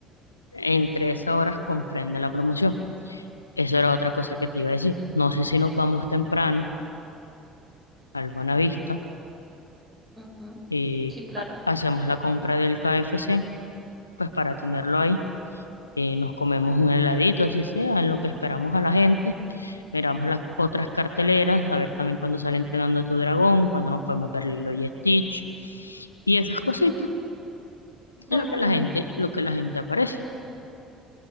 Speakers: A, on the left (about 85°); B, on the right (about 20°).
A: Entre esas horas comprende la promoción. Eso era otra cosa que te iba a decir. No sé si nos vamos temprano al Buenavista
B: Ujú,
A: y
B: Sí, claro.
A: ha- hacemos la compra del KFC, pues para tenerlo ahí. Eh, nos comemos un heladito, así sea, en lo que esperamos a la gente. Miramos las otras carteleras, a ver también cuando sale entrenando a tu dragón, cuando nos podemos ver Lilo y Stitch y esas cositas.
B: Bueno,
A: Lo que
B: mi
A: la
B: amor.
A: gente, lo que la gente aparece.